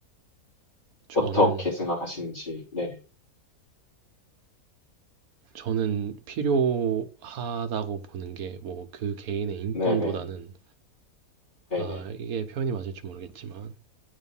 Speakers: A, on the right; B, on the left.
A: 저는
B: 어떻게 생각하시는지 네네
A: 저는 필요하다고 보는 게 뭐 그 개인의 인권보다는
B: 네네 네네
A: 아 이게 표현이 맞을지 모르겠지만